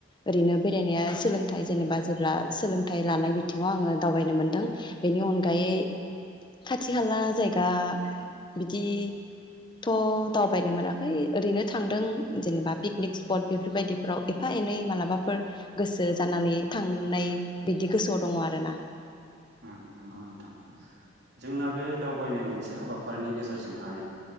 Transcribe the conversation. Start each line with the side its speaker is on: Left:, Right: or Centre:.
Left: ओरैनो बेरायनाया सोलोंथाइ जेनेबा जेब्ला सोलोंथाइ लानाय बिथिङाव आङो दावबायनो मोनदों बेनि अनगायै खाथि खाला जायगा बिदिथ' दावबायनो मोनाखै ओरैनो थांदों। जेनेबा पिकनिक स्पट बेफोरबायदिफोराव एफा एनै मालाबाफोर गोसो जानानै थांनाय बिदि गोसोआव दङ आर ना
Right: आ नंगौ नोंथां जोंना बे दावबायनाय मोनसे हाबा फोरिनि गेजेरजोंहाय